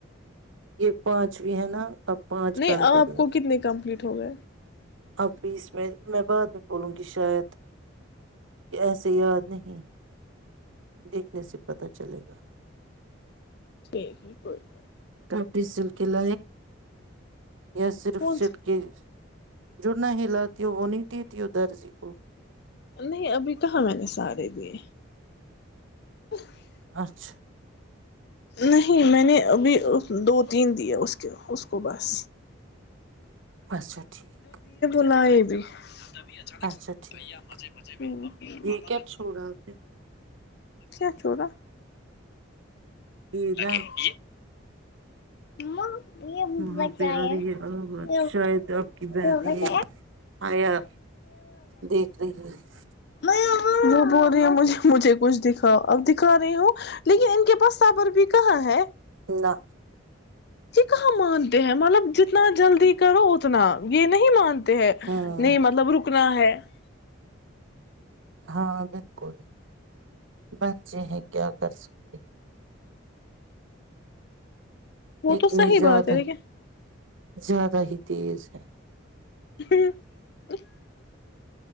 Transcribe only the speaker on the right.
یہ پانچ بھی ہے نا اب پانچ
کل کریں
گی
اب بھی اس میں میں بعد میں بولوں گی شاید یہ ایسے یاد نہیں دیکھنے سے پتہ چلے گا
ابی سل کے ل ہیں صرف
سٹ
کی جو نہ ہلاتیوں وہ نہیں دیتیوں درزی کو
پانچھ
اچسا ٹھیک
اچھا
ٹھیک
یہ کیا
چھوڑا آپ نے
یہ
نا
وہاں
پہ آ رہی ہے آواز
شاید آپ کی بہن
یہ آیا دیکھ رہی ہے
نہ
ہوں
ہاں بالکل بچے ہیں کیا کر سکتے
لیکن
یہ زیادہ
زیادہ ہی تیز ہے